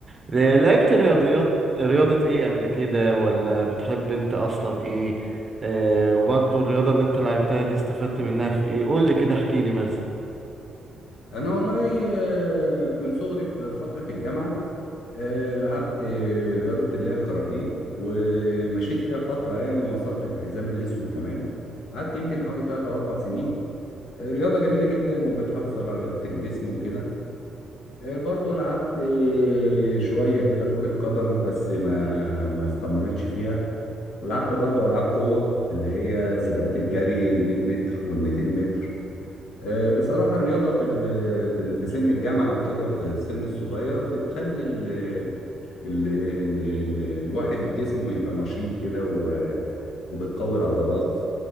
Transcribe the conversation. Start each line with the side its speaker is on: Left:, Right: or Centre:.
Right: ل- لعبت رياضيات رياضة ايه قبل كده ولا بتحب انت اصلا ايه آه وبرضو الرياضة اللي انت لعبتها دي استفدت منها في ايه قول لي كده احكي لي مثلا
Left: انا والله آه، من صغري في فترة الجامعة آه، لعبت آه، رياضة اللي هي الكاراتيه ومشيت فيها فترة يعني ووصلت للحزام الاسود كمان قعدت يمكن حوالي 3 او 4 سنين آه، رياضة جميلة جدا وبتحافظ على لياقة الجسم وكده آه، برضو لعبت آه، شوية كده كرة قدم بس ما ما استمرتش فيها ولعبت برضو ألعاب قوة اللي هي سباقات الجري ال 100 متر وال 200 متر آه، بصراحة الرياضة في ال- في ال- في سن الجامعة وكده وفي السن الصغير بتخلي ال ال ال ال الواحد جسمه يبقى نشيط كده و- وبتقوي العضلات